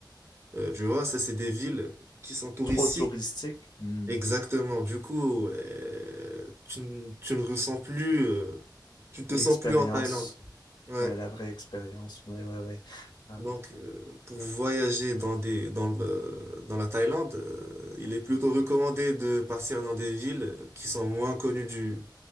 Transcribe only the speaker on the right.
Euh, tu vois, ça, c'est des villes qui sont touristiques.
Exactement. Du coup, euh, tu, n- tu ne ressens plus, euh, tu ne te
sens plus en Thaïlande. Ouais.
Donc,
euh, pour voyager dans des, dans le, dans la Thaïlande, euh, il est plutôt recommandé de partir dans des villes qui sont moins connues du,